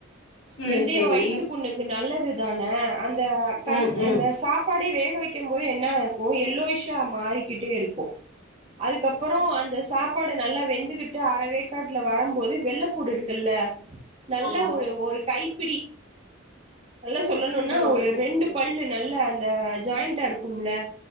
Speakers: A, on the left; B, on the right.
A: ம்
B: வெந்தயம்
A: சேரி
B: வைத்து புண்ணுக்கு நல்ல துதானே அந் த கண்
A: ம் ம்
B: இந்த சாப் பாடே வேக வைக் க்கும் போது என்ன இருக்கும் எல்லோயிஷா மாறிக்கிட்டே இருக்கும் அதுக்கப்புறம் அந்த சாப்பாடு நல்லா வெந்துகிட்டு அறவே காட்டுல வரும் போது வெள்ளைப்பூடு இருக்குல்ல நல்ல
A: ஆமா
B: ஒரு ஒரு கை பிடி நல்லா சொல்லணும்னா
A: ம்
B: ஒரு
A: ம்
B: ரெண்டு
A: ம்
B: பல்லு நல்ல அந்த இதா ஜாயிண்டா இருக்கும்ல